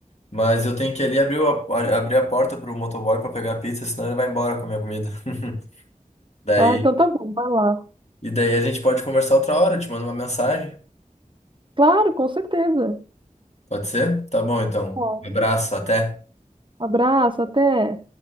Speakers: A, on the left; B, on the right.
A: Mas eu tenho que ali abrir a, abrir a porta pro motoboy pra pegar a pizza, senão ele vai embora com a minha comida. <laughs> Daí,
B: Ah, então tá bom, vai lá.
A: e daí a gente pode conversar outra hora, eu te mando uma mensagem.
B: Claro, com certeza.
A: Pode ser? Tá bom, então.
B: Bom,
A: Um abraço, até.
B: abraço, até.